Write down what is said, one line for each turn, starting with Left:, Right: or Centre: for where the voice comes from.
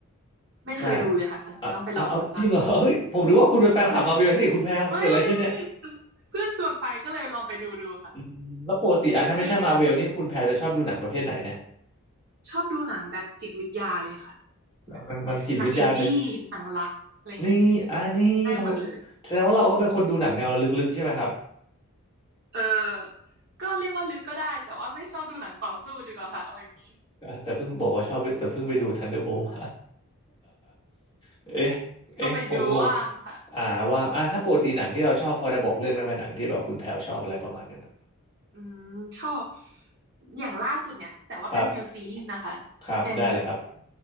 Right: ไม่เคยดูเลยค่ะสงสัยต้องไปลองดูบ้าง
Left: ใช่อ่ะอ่ะเอาจริงเหรอเฮ้ยผมดูว่าคุณเป็นแฟนคลับมาเวลสิคุณแพลวเกิดอะไรขึ้นเนี่ย
Right: ใช่ไม่ไม่ไม่เพื่อนชวนไปก็เลยลองไปดูดูค่ะ
Left: อืมแล้วปกติอ่ะถ้าไม่ใช่มาเวลนี่คุณแพรจะชอบดูหนังประเภทไหนเนี่ย
Right: ดูแค่เรื่องเดียว ชอบดูหนังแบบจิตวิทยาเลยค่ะแบบ
Left: มันมันจิตวิทยาใน
Right: หนังอินดี้หนังรักอะไรอย่างงี้
Left: นี่อันนี้ทำแสดงว่าเราก็เป็นคนดูหนังแนวลึกๆใช่ไหมครับ
Right: ได้หมดเลยเออก็เรียกว่าลึกก็ได้แต่ว่าไม่ชอบดูหนังต่อสู้ดีกว่าค่ะเอาอย่างนี้
Left: อ่ะแต่เพิ่งบอกว่าชอบแต่เพิ่งไปดู Thunderbolt มา <laughs> เอ๊ะเอ๊ะผมงง
Right: ก็ไปดูว่างค่ะ
Left: อ่าว่าอ่ะถ้าปกติหนังที่เราชอบพอจะบอกเรื่องได้ไหมหนังที่แบบคุณแพรชอบอะไรประมาณนึงอะ
Right: อืมชอบอย่างล่าสุดเนี่ยแต่ว่าเป็นฟิลซีรีส์นะคะ
Left: ครับครับได้เลยครับ
Right: เป็น